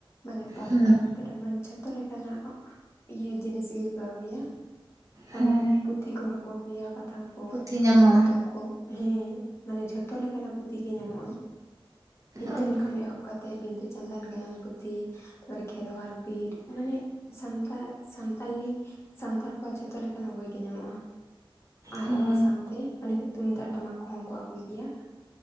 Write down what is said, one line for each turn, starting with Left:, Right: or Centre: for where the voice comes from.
Left: ᱢᱟᱱᱮ ᱯᱟᱛᱟᱵᱤᱸᱫᱷᱟᱹ
Right: ᱦᱩᱸ
Left: ᱫᱚ ᱢᱟᱱᱮ ᱡᱷᱚᱛᱚ ᱞᱮᱠᱟᱱᱟᱜ ᱚᱸᱜ ᱤᱭᱟᱹ ᱡᱤᱱᱤᱥ ᱜᱮ ᱠᱚ ᱟᱹᱜᱩᱭᱟ ᱾ ᱢᱟᱱᱮ
Right: ᱦᱮᱸ
Left: ᱯᱩᱛᱷᱤ ᱠᱚᱦᱚᱸ ᱠᱚ ᱟᱹᱜᱩᱭᱟ ᱯᱟᱛᱷᱟᱢ ᱠᱚ
Right: ᱯᱩᱛᱷᱤ ᱧᱟᱢᱚᱜᱼᱟ
Left: ᱯᱚᱛᱚᱵ ᱠᱚ ᱦᱮᱸ ᱢᱟᱱᱮ ᱡᱷᱚᱛᱚ ᱞᱮᱠᱟᱱᱟᱜ ᱯᱩᱛᱷᱤ ᱜᱮ ᱧᱟᱢᱚᱜᱼᱟ ᱦᱤᱛᱟᱹᱞ
Right: ᱚ
Left: ᱠᱷᱚᱱ ᱮᱦᱚᱵ ᱠᱟᱛ ᱛᱮᱫ ᱵᱤᱱᱫᱩ ᱪᱟᱸᱫᱟᱱ ᱜᱟᱭᱟᱱ ᱯᱩᱛᱷᱤ ᱛᱟᱯᱚᱨᱮ ᱠᱷᱮᱨᱣᱟᱞ ᱵᱤᱨ ᱢᱟᱱᱮ ᱥᱟᱱᱛᱟ ᱥᱟᱱᱛᱟᱞᱤ ᱥᱟᱱᱛᱟᱲ ᱠᱚᱣᱟᱜ ᱡᱷᱚᱛᱚ ᱞᱮᱠᱟᱱᱟᱜ ᱵᱚᱭ ᱜᱮ ᱧᱟᱢᱚᱜᱼᱟ ᱟᱨ
Right: ᱦᱳᱭ
Left: ᱚᱱᱟ ᱥᱟᱶ ᱛᱮ ᱢᱟᱱᱮ ᱛᱩᱢᱫᱟᱜ ᱴᱟᱢᱟᱠ ᱠᱚᱦᱚᱸ ᱠᱚ ᱟᱹᱜᱩᱭ ᱜᱮᱭᱟ